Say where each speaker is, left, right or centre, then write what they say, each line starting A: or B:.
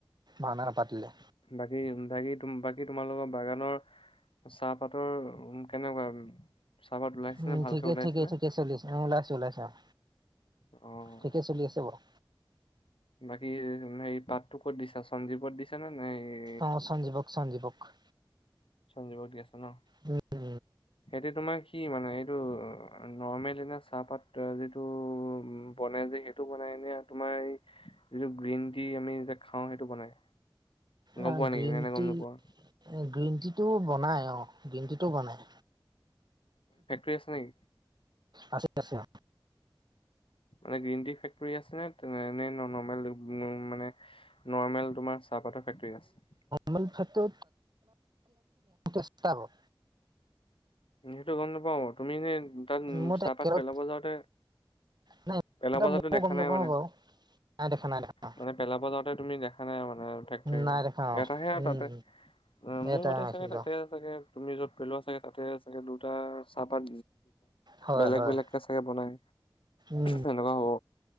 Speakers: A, on the right (about 50°); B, on the left (about 80°).
A: ভাওনা নাপাতিলে।
B: বাকী, বাকী তোম, বাকী তোমালোকৰ বাগানৰ চাহপাতৰ উ, কেনেকুৱা? চাহপাত ওলাইছে
A: উম।
B: নে ভালকে
A: ঠিকে,
B: ওলাইছে
A: ঠিকে,
B: নে?
A: ঠিকে চলি আছে। অঁ, ওলাইছোঁ ওলাইছে অঁ।
B: অ'।
A: ঠিকে চলি আছে বাৰু।
B: বাকী, উম, হেৰী পাতটো ক'ত দিছা, সঞ্জীৱক দিছা নে, নে হেৰী
A: অঁ, সঞ্জীৱক, সঞ্জীৱক।
B: সঞ্জীৱক দি আছা ন?
A: উম, উম।
B: সেইটো তোমাৰ কি মানে? এইটো নৰ্মেল এনেই চাহপাত এ যিটো বনে যে সেই টো বনাই নে? তোমাৰ হেই যিটো গ্ৰীণ টি, আমি যে খাওঁ সেইটো বনাই? গম
A: আহ,
B: পোৱা নেকি
A: গ্ৰীণ
B: নে নে গম
A: টি
B: নোপোৱা
A: এ, গ্ৰীণ টি টো বনাই অঁ, গ্ৰীণ টি টো বনাই।
B: চেছ নিকি?
A: আছে, আছে অ'।
B: মানে, গ্ৰীণ টি ফেক্টৰী আছে নে নৰ্মেল মানে নৰ্মেল তোমাৰ চাহপাতৰ ফেক্টৰী আছে?
A: ৰ্মটো <unintelligible>
B: সেইটো গ'ম নাপাওঁ, তুমি এনে তাত
A: মই
B: চাহপাত
A: একেলগ
B: পেলাব যাওঁতে
A: নাই ইমান
B: পেলাব
A: এটা
B: যাওঁতে
A: মও
B: দেখা
A: গ'ম নাপাম
B: নাই মানে
A: বাৰু, নাই দেখা নাই দেখা।
B: মানে পেলাব যাওঁতে তুমি দেখা নাই মানে <unintelligible>
A: নাই দেখা অ
B: এটাহে আৰু
A: উম
B: তাতে। মোৰ
A: এটা
B: মতে চাগে
A: কিন্তু
B: তাতে আছেগে, তুমি য'ত পেলোৱা চাগে তাতে আছেগে। দুটা চাহপাত
A: হয়
B: বেলেগ
A: হয়
B: বেলেগকে চাগে বনাই।
A: উম
B: তেনেকুৱা হ'ব